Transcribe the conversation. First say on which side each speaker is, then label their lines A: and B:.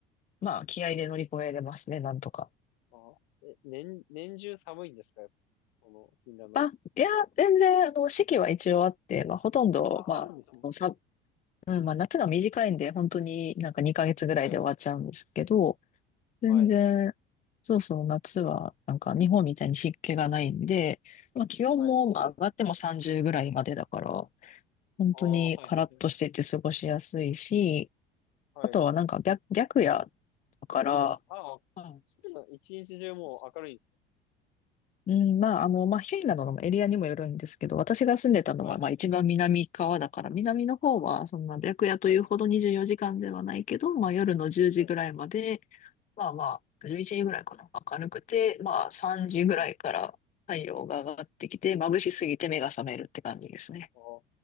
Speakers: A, on the left (about 25°); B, on the left (about 60°).
A: まあ気合で乗り越えれますね、なんとか。
B: あ、え、年、年中寒いんですかやっぱその、フィンランドとか。
A: あ、いや、全然、あの、四季は一応あって、まあほとんど、
B: あ、
A: まあ、
B: あるんですもん。
A: あのさ、うん、まあ夏が短いんで、本当になんか2ヶ月ぐらいで終わっちゃうんですけど、
B: はい。
A: 全然、
B: はい。
A: そうそう、夏はなんか日本みたいに湿気がないんで、まあ気温もまあ上がっても30ぐらいまでだから、
B: はい。
A: 本当にカラッとしてて過ごしやすいし、
B: ああ、はいはいはい。はい。
A: あとはなんか白、白夜だから、
B: ああ、
A: あ、
B: そうなの一日中もう明るいですね。
A: そうそううん、まあ、あの、まあ、ヒュイなどのエリアにもよるんですけど、私が住んでたのは、
B: はい。は
A: まあ、一番南側だから、南の方は、そんな白夜というほど24時間ではないけど、
B: い。
A: まあ、夜の10時ぐらいまで、
B: はい。
A: まあまあ、11時ぐらいかな、明るくて、まあ、3時ぐらいから太陽が上がってきて、
B: はい。
A: 眩しすぎて目が覚めるって感じですね。
B: ああ。